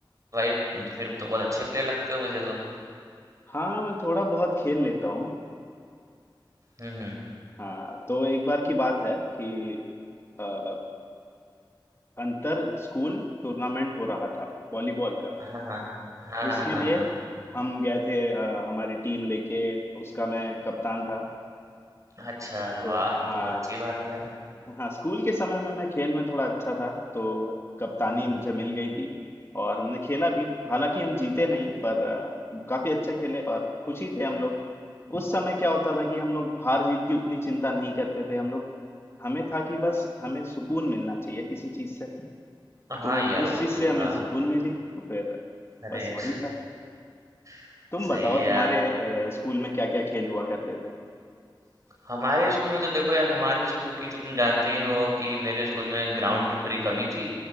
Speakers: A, on the right (about 40°); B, on the left (about 30°).
A: भाई तुम तो फिर तो बहुत अच्छे प्लेयर लगते हो मुझे तो
B: हाँ मैं थोड़ा बहुत खेल लेता हूँ
A: हम्म हम्म
B: हाँ तो एक बार की बात है कि अ, अंतर स्कूल टूर्नामेंट हो रहा था वॉलीबॉल का
A: हाँ हाँ हाँ
B: उसके
A: हाँ
B: लिए
A: हाँ
B: हम गए थे अ, हमारी टीम लेके उसका मैं कप्तान था
A: हाँ। अच्छा
B: तो
A: वाह
B: हाँ
A: तो बहुत अच्छी बात है यार
B: हाँ स्कूल के समय में मैं खेल में थोड़ा अच्छा था तो कप्तानी
A: हम्म हम्म
B: मुझे मिल गई थी और हमने खेला भी हालांकि हम जीते नहीं पर अ, काफी अच्छा खेले और खुशी थे हम लोग उस समय क्या होता था कि हम लोग हार जीत की उतनी चिंता नहीं करते थे हम लोग हमें था कि बस हमें सुकून मिलना चाहिए किसी चीज से
A: हाँ
B: तो
A: यार
B: उस
A: वो
B: चीज
A: तो
B: से हमें
A: हाँ
B: सुकून मिली तो फिर
A: अरे
B: बस वही था
A: <laughs>
B: तुम बताओ
A: सही है
B: तुम्हारे
A: यार
B: अ, स्कूल में क्या क्या खेल हुआ करते थे
A: हमारे स्कूल में तो देखो यार हमारे स्कूल की तो तुम जानते ही हो कि मेरे स्कूल में ग्राउंड की थोड़ी कमी थी